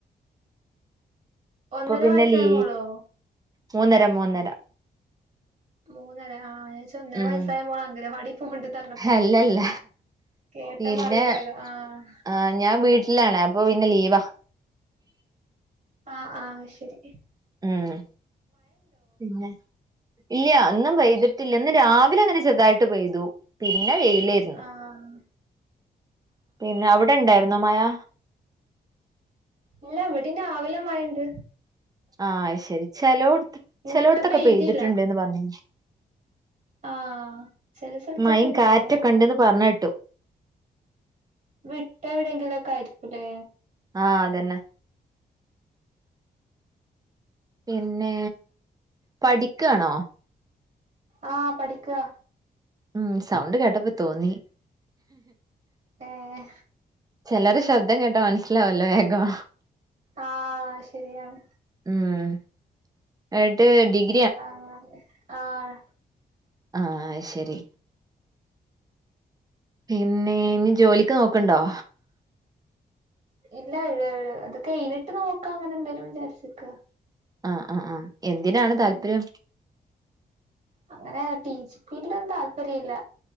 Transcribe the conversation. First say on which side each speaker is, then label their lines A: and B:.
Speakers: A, on the right; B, on the right.
A: ഒന്നര
B: പ്പൊ പിന്നെ
A: വയസ്സായ
B: ലീ
A: മോളോ
B: മൂന്നര മൂന്നര
A: മൂന്നര ആഹ് ഞാൻ രിച്ചു ഒന്നര
B: ഉം
A: വയസായ മോള അംഗനവാടി പോവ്ണ്ട്ന്നർഞ്ഞപ്പോ.
B: അല്ലല്ല
A: കേട്ട
B: പിന്നെ
A: മാറി പോയതാ ആഹ്
B: ആഹ് ഞാൻ വീട്ടിലാണ് അപ്പൊ ഇന്ന് ലീവാ.
A: ആഹ് ആഹ് ശെരി
B: ഉം പിന്നെ ഇല്യ, ഇന്നും പെയ്തിട്ടില്ല ന്ന് രാവിലെ അങ്ങനെ ചെറുതായിട്ട് പെയ്തു പിന്നെ വെയിലെര്
A: ആഹ്
B: പിന്നെ അവിടെണ്ടായിര്ന്നോ മയാ
A: ഇല്ല വടിം രാവില മയണ്ട്
B: ആഹ് അയ്ശരി ചെലോടത്ത്
A: ഇന്നങ്ങനെ
B: ചെിലോട്ത്തൊക്കെ
A: പെയ്തില്ല
B: പെയ്തിട്ടുണ്ട്ന്ന് പർഞ്ഞ്
A: ആ ചെല സ്ഥലത്തൊക്കെ
B: മയിം
A: ഇണ്ട്
B: കാറ്റൊക്കണ്ട്ന്ന്
A: മഴ
B: പർഞ്ഞേട്ട്
A: വിട്ടെവിടെങ്കിലൊക്കായിരി ക്കുലേ
B: ആഹ് അതന്നെ പിന്നെ പഠിക്കാണോ
A: ആഹ് പഠിക്കാ
B: ഉം സൗണ്ട് കേട്ടപ്പതോന്നി
A: ഏഹ്
B: ചെലര ശബ്ദം കേട്ടാമൻസ്സിലാവല്ലോ വേഗം
A: ആഹ് ശരിയാണ്
B: ഉം ഏട്ട് ഡിഗ്
A: ആഹ് ആഹ്
B: ആഹ് അയ്ശെരി പിന്നെ ഇനി ജോലിക്ക് നോക്ക്ണ്ടോ
A: ഇല്ല ഏഹ് ഇത് കയ്ഞ്ഞിട്ട് നോക്കാ അങ്ങനെ എന്തെലും വിജാര്ച്ച്ക്ക
B: ആഹ് ആഹ് ആഹ് എന്തിനാണ് താല്പര്യം
A: ഉം അങ്ങനെ ടീച്ചിക്ക് ട്ടി ട്ടിടൊന്നുതാല്പര്യല്ല